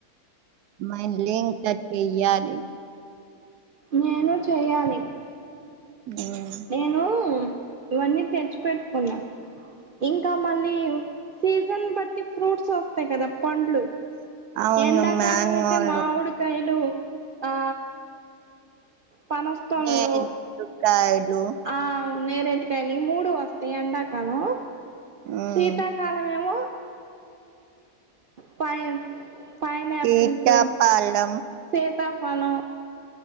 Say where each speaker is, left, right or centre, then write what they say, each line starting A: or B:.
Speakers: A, on the right; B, on the right.
A: మల్లి ఇంక చేయాలి
B: నేను చెయ్యాలి
A: ఉమ్
B: నేను ఇవన్నీ తెచ్చి పెట్టుకున్నా ఇంకా మళ్ళీ సీజన్ బట్టి ఫ్రూట్స్ వస్తాయి కదా పండ్లు
A: అవును
B: ఎండాకాలం
A: మ్యాంగోలు
B: అయితే మామిడికాయలు ఆ పనస పండ్లు
A: నేరేడు కాయలు
B: ఆ నేరెటికాయని మూడు వస్తాయి ఎండాకాలం
A: ఉమ్
B: శీతాకాలం ఏమో పై పైన్ ఆపిల్స్
A: సీతాఫలం
B: సీతా ఫలం